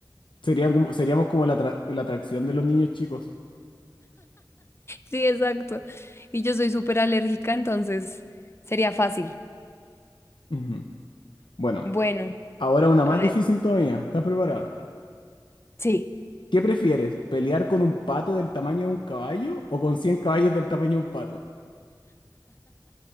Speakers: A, on the left; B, on the left.
A: Serían como, seríamos como la, atra- la atracción de los niños chicos.
B: Sí, exacto. Y yo soy súper alérgica, entonces sería fácil.
A: Ujú. Bueno,
B: Bueno,
A: ahora una más
B: a ver,
A: difícil todavía. ¿Estás preparada?
B: sí.
A: ¿Qué prefieres? ¿Pelear con un pato del tamaño de un caballo o con 100 caballos del tamaño de un pato?